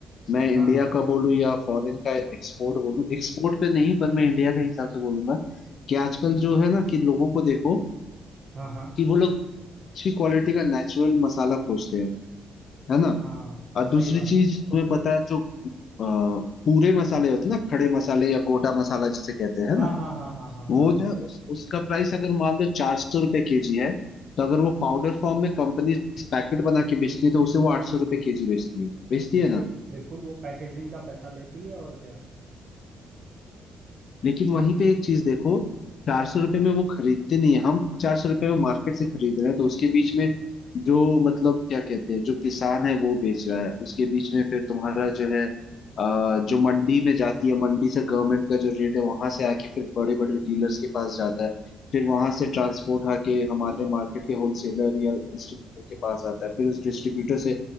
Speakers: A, on the left; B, on the right.
A: मैं इंडिया
B: हाँ हाँ
A: का बोलूं या फॉरेन का एक्सपोर्ट बोलूं एक्सपोर्ट पे नहीं पर मैं इंडिया के हिसाब से बोलूंगा कि आजकल जो है ना कि लोगों को देखो
B: हाँ हाँ
A: कि वो लोग अच्छी क्वालिटी का नेचुरल मसाला खोजते हैं है ना
B: हाँ
A: और
B: सही
A: दूसरी
B: बात
A: चीज
B: है
A: तुम्हें पता है जो अ, पूरे मसाले होते हैं ना खड़े मसाले या गोटा मसाला जिसे कहते हैं है
B: हाँ
A: ना
B: हाँ हाँ हाँ हाँ
A: वो
B: हाँ
A: जो है उस, उसका प्राइस अगर मान लो चार सौ रुपए केजी है तो अगर वो पाउडर फॉर्म में कंपनी पैकेट बना के बेचती है तो उसे वो आठ सौ रुपए केजी बेचती है बेचती
B: बिल्कुल
A: है ना
B: बिल्कुल वो पैकेजिंग का पैसा लेती है और क्या
A: लेकिन वहीं पे एक चीज देखो चार सौ रुपये में वो खरीदते नहीं है हम चार सौ रुपये में मार्केट से खरीद रहे हैं तो उसके बीच में जो मतलब क्या कहते हैं जो किसान है वो बेच रहा है उसके बीच में फिर तुम्हारा जो है अ, जो मंडी में जाती है मंडी से गवर्नमेंट का जो रेट है वहां से आके फिर बड़े बड़े डीलर्स के पास जाता है फिर वहां से ट्रांसपोर्ट आके हमारे मार्केट के होलसेलर या डिस्ट्रीब्यूटर के पास आता है फिर उस डिस्ट्रीब्यूटर से